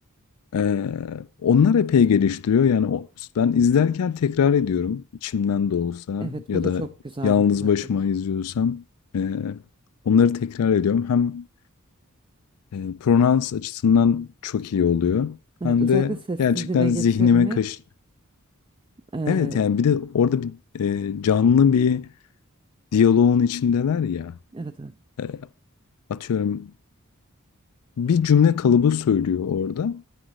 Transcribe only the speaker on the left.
Eee, onlar epey geliştiriyor. Yani o, ben izlerken tekrar ediyorum. İçimden de olsa
ya
da
yalnız
başıma izliyorsam eee, onları tekrar ediyorum. Hem eee, pronans açısından çok iyi oluyor.
Hem
de
gerçekten
zihnime
kaş...
Evet yani bir de orada bir eee, canlı bir diyaloğun içindeler ya.
Eee, atıyorum bir cümle kalıbı söylüyor orada.